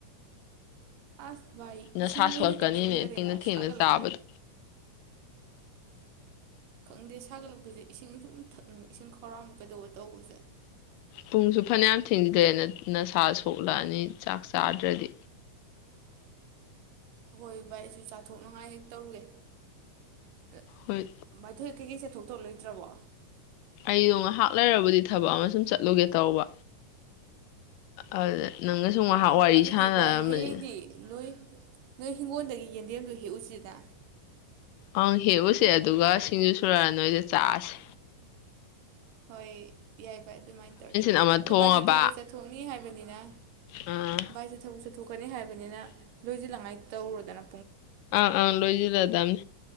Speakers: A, on the right; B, on the left.
A: ꯑꯁ ꯚꯥꯏ
B: ꯅꯁꯥ
A: ꯏꯁꯤꯡ
B: ꯁꯣꯛꯂꯛꯀꯅꯤꯅꯦ
A: ꯑꯣꯏꯅ ꯊꯛꯆꯤꯟꯈꯔꯦꯅ
B: ꯊꯦꯡꯅ ꯊꯦꯡꯅ
A: ꯁꯥꯒꯠꯂꯛꯄꯗ
B: ꯆꯥꯕꯗꯣ
A: ꯈꯪꯗꯦ ꯁꯥꯒꯠꯂꯛꯄꯁꯗ ꯏꯁꯤꯡ ꯁꯨꯝ ꯊꯛꯅꯤꯡꯕ ꯏꯁꯤꯡ ꯈꯧꯔꯥꯡꯕ ꯀꯩꯗꯧꯕ ꯇꯧꯕꯁꯤꯗ
B: ꯄꯨꯡꯁꯨ ꯐꯅꯌꯥꯝ ꯊꯤꯡꯖꯗ꯭ꯔꯦꯅ ꯅꯁꯥ ꯁꯣꯛꯂꯛꯑꯅꯤ ꯆꯥꯛ ꯆꯥꯗ꯭ꯔꯗꯤ
A: ꯍꯍꯣꯏ ꯚꯥꯏ ꯑꯩꯁꯨ ꯆꯥꯊꯣꯛꯅꯉꯥꯏ ꯍꯦꯛ ꯇꯧꯔꯨꯒꯦ ꯊ
B: ꯍꯣꯏ
A: ꯀꯩ ꯀꯩꯁꯦ ꯊꯣꯛ ꯇꯣꯠꯂꯣꯏꯇ꯭ꯔꯕꯣ
B: ꯑꯩꯗꯣ ꯉꯥꯏꯍꯥꯛ ꯂꯩꯔꯕꯗꯤ ꯊꯕꯛ ꯑꯃ ꯁꯨꯝ ꯆꯠꯂꯨꯒꯦ ꯇꯧꯕ ꯑꯗꯨꯗ ꯅꯪꯒꯁꯨ
A: ꯑꯣ
B: ꯉꯥꯏꯍꯥꯛ ꯋꯥꯔꯤ
A: ꯑꯗꯨꯗꯤ
B: ꯁꯥꯟꯅꯔꯝꯕꯅꯤ
A: ꯚꯥꯏ ꯍꯌꯦꯡꯗꯤ ꯅꯣꯏ ꯅꯣꯏ ꯍꯤꯡꯒꯣꯜꯗꯒꯤ ꯌꯦꯟꯗꯦꯝꯗꯨ ꯍꯦꯛꯎꯨꯁꯤꯗ
B: ꯑꯪ ꯍꯦꯛꯎꯁꯦ ꯑꯗꯨꯒ ꯁꯤꯡꯖꯨ ꯁꯨꯔꯛꯑ ꯅꯣꯏꯗ ꯆꯥꯛꯑꯁꯦ
A: ꯍꯣꯏ ꯌꯥꯏ ꯚꯥꯏ ꯑꯗꯨꯃꯥꯏꯅ ꯇꯧꯔꯁꯦ
B: ꯑꯃ ꯊꯣꯡꯉꯕ
A: ꯑꯗꯣ ꯕꯥꯏꯛꯁꯦ ꯊꯕꯛꯁ ꯆꯠꯊꯣꯛꯅꯤ ꯍꯥꯏꯕꯅꯤꯅ
B: ꯑꯥ
A: ꯕꯥꯏꯛꯁꯦ ꯊꯕꯛ ꯆꯠꯊꯣꯛꯀꯅꯤ ꯍꯥꯏꯕꯅꯤꯅ ꯂꯣꯏꯁꯤꯜꯂꯉꯥꯏ ꯔꯩꯔꯗꯅ
B: ꯑꯪ ꯑꯪ ꯂꯣꯏꯁꯤꯜꯂꯗꯕꯅꯤ